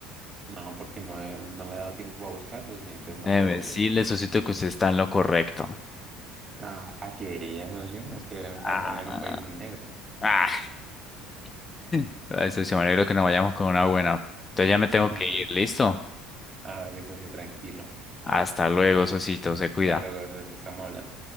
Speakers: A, on the right; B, on the left.
A: No, porque no he, no me he dado tiempo a buscarlo, y entonces
B: Déjeme
A: no puedo...
B: decirle, socito, que usted está en lo correcto.
A: Ah, a que ella, socio, es que Alemania
B: Ah,
A: era un país muy negro.
B: ah. <laughs> Ay, socio, me alegro que nos vayamos con una buena. Entonces ya me tengo
A: Ujú.
B: que ir, ¿listo?
A: Ah, vale, socio, tranquilo.
B: Hasta luego, socito, se cuida.
A: Hasta luego, socio, estamos hablando.